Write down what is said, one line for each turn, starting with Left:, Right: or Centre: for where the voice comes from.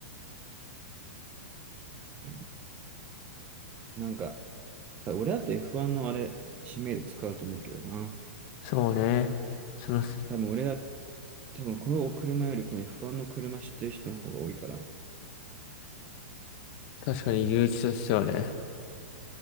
Right: うんなんか、俺だって F1 のあれ、知名度使うと思うけどな。
Left: そうね。その、
Right: 多分俺だ、多分この車よりこの F1 の車知ってる人の方が多いから。
Left: 確かに誘致としてはね。